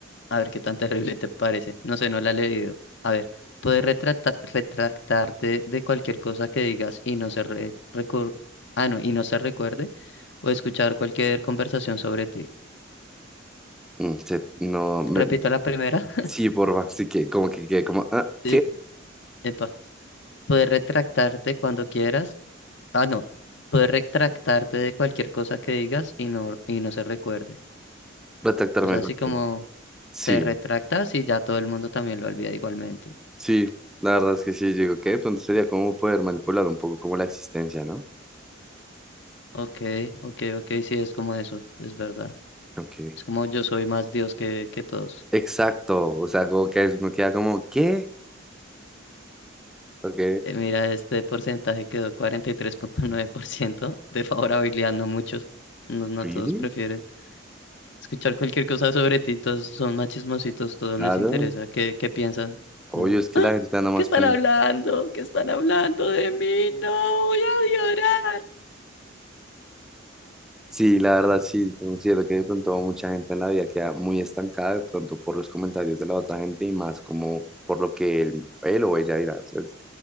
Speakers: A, on the left; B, in the centre.
A: A ver qué tan <laughs> terrible te parece. No sé, no la he leído. A ver, puedes retrata- retractarte de cualquier cosa que digas y no se re- recur- ah, no, y no se recuerde o escuchar cualquier conversación sobre ti.
B: Mm, se- no, me,
A: Repito la primera. <laughs>
B: sí, porfa, sí que, como que, que como, ah,
A: Eh,
B: ¿qué?
A: Epa, puedes retractarte cuando quieras. Ah, no, puedes retractarte de cualquier cosa que digas y no, y no se recuerde.
B: Retractarme.
A: O sea, así
B: con-
A: como
B: Sí,
A: te retractas y ya todo el mundo también lo olvida igualmente.
B: sí, la verdad es que sí, yo digo, ¿qué? Pues entonces sería como poder manipular un poco como la existencia, ¿no?
A: Ok, ok, ok, sí, es como eso, es verdad.
B: Ok,
A: Es como yo soy más Dios que, que todos.
B: exacto, o sea, como que es- me queda como, ¿qué? Ok,
A: Eh, mira, este porcentaje quedó 43.9% de favorabilidad, no muchos. No, no
B: ¿really?
A: todos prefieren escuchar cualquier cosa sobre ti, todos son más chismositos, todos
B: Claro.
A: les interesa qué, qué piensan.
B: Obvio,
A: Como,
B: es que la gente anda más
A: ¿qué están
B: con...
A: hablando? ¿Qué están hablando de mí? No, voy a llorar.
B: Sí, la verdad, sí, considero que de pronto mucha gente en la vida queda muy estancada de pronto por los comentarios de la otra gente y más como por lo que él, él o ella dirá. O sea, es-